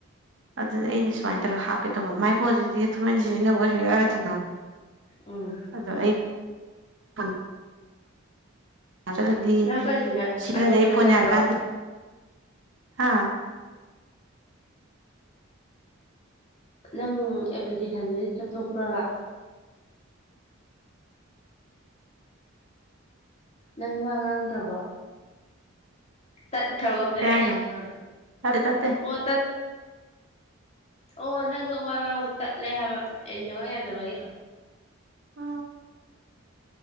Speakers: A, on the right; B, on the left.
A: ꯑꯗꯨꯗꯤ ꯑꯩꯅ ꯁꯨꯃꯥꯏꯅ ꯇꯧꯔꯒ ꯍꯥꯞꯀꯦ ꯇꯧꯕ ꯃꯥꯏ ꯄꯣꯠꯁꯤꯗꯤ ꯊꯃꯣꯏꯅ ꯁꯤꯖꯤꯟꯅꯕꯁꯨ ꯌꯥꯎꯔꯦ ꯑꯗꯨꯗ
B: ꯎꯝ
A: ꯑꯗꯣ ꯑꯩ ꯊ ꯑꯗꯤ
B: ꯅꯪ ꯀꯩꯒꯤꯅ
A: ꯁꯤꯂꯗ
B: ꯑꯇꯣꯞꯄꯗ
A: ꯑꯩ ꯐꯣꯟꯅꯔꯀꯥꯟꯗꯤ
B: ꯆꯠꯄ꯭ꯔꯣ
A: ꯍꯥꯥ
B: ꯅꯪ ꯑꯦꯄ꯭ꯂꯤꯀꯦꯁꯟꯗꯨꯗꯤ ꯆꯠꯊꯣꯛꯄ꯭ꯔꯕ ꯅꯪ ꯋꯥ ꯉꯥꯡꯗ꯭ꯔꯕꯣ ꯇꯠꯈ꯭ꯔꯕꯒꯝ ꯇꯧꯔꯦ
A: ꯀꯩ
B: ꯑꯩꯅꯁꯨꯦ
A: ꯍꯥꯏꯅꯣ
B: ꯑꯣ
A: ꯇꯠꯇꯦ ꯇꯠꯇꯦ
B: ꯑꯣ ꯅꯪꯗꯣ ꯋꯥ ꯉꯥꯡꯕ ꯇꯠꯂꯦ ꯍꯥꯏꯕ ꯑꯦꯅꯦꯋꯥ ꯌꯥꯗꯕꯒꯤꯦ
A: ꯎ